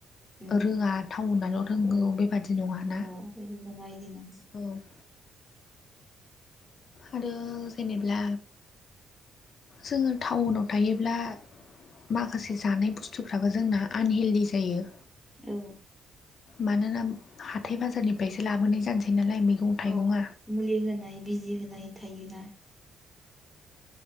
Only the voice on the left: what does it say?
रोङा टाउनाल' रोगौ
बेबादि नङाना
औ। <inaudible> आरो जेनेब्ला जोङो टाउनाव थायोब्ला माखासे जानाय बुस्थुफ्राबो जोंना आनहेल्दि जायो।
मानोना हाथाय बाजारनिफ्रायसो लाबोनाय जानोसै नालाय मैगं थाइगं।